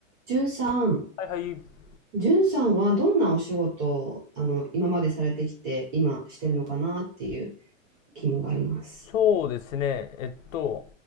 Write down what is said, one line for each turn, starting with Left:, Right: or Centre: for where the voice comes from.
Right: じゅんさん、
Left: はいはい。
Right: じゅんさんはどんなお仕事をあの今までされてきて、今してるのかなっていう疑問があります。
Left: そうですね。えっと、